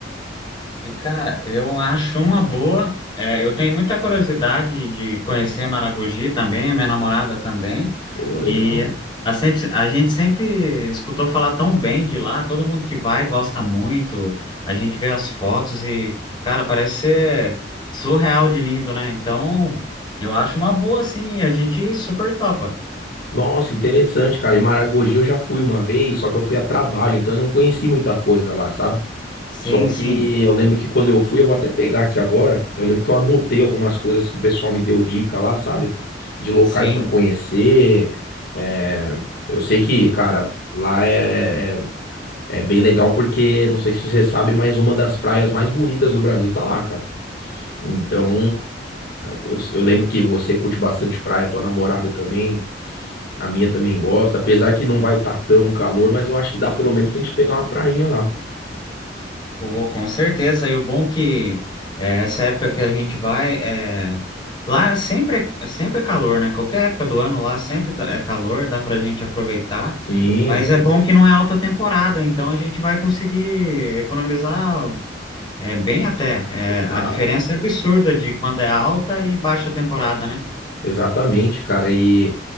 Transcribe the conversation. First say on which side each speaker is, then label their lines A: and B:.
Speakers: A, on the left (about 25°); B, on the left (about 60°).
A: E cara, eu acho uma boa. É, eu tenho muita curiosidade de conhecer Maragogi também, a minha namorada também.
B: Pô, legal.
A: E a, sempre, a gente sempre escutou falar tão bem de lá, todo mundo que vai gosta muito. A gente vê as fotos e, cara, parece ser surreal de lindo, né? Então, eu acho uma boa, sim, a gente super topa.
B: Nossa, interessante, cara. E Maragogi eu já fui uma vez, só que eu fui a trabalho, então eu não conheci muita coisa lá, sabe?
A: Sim,
B: Só que
A: sim.
B: eu lembro que quando eu fui, eu vou até pegar aqui agora. Eu lembro que eu anotei algumas coisas que o pessoal me deu dica lá, sabe? De locais
A: Sim,
B: pra conhecer. É, Eu sei que, cara, lá é... é é bem legal porque, não sei se você sabe, mas uma das praias mais bonitas do Brasil tá lá, cara. Então, eu, eu lembro que você curte bastante praia, tua namorada também. A minha também gosta, apesar que não vai estar tão calor, mas eu acho que dá pelo menos pra gente pegar uma prainha lá.
A: pô, com certeza. E o bom que é, essa época que a gente vai, é, lá sempre é, sempre é calor, né? Qualquer época do ano lá sempre dá- é calor, dá para a gente aproveitar.
B: Sim,
A: Mas
B: sim.
A: é bom que não é alta temporada, então a gente vai conseguir economizar é, bem até. É,
B: Exato.
A: a diferença é absurda de quando é alta e baixa temporada, né?
B: Exatamente, cara. E